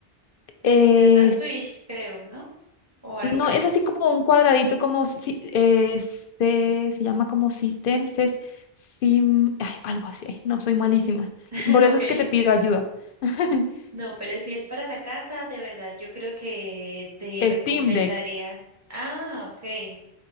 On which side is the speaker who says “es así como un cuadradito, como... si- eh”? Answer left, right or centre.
Left